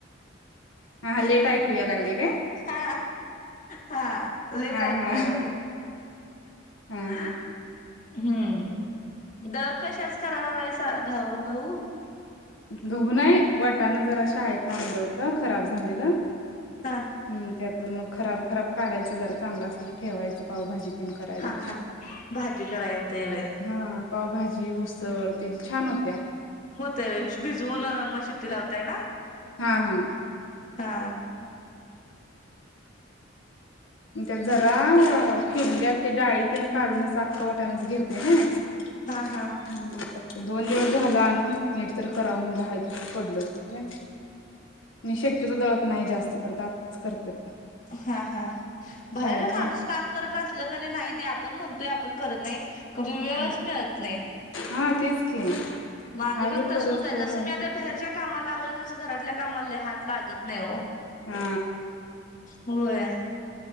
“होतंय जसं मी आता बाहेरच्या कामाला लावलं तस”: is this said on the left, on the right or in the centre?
Left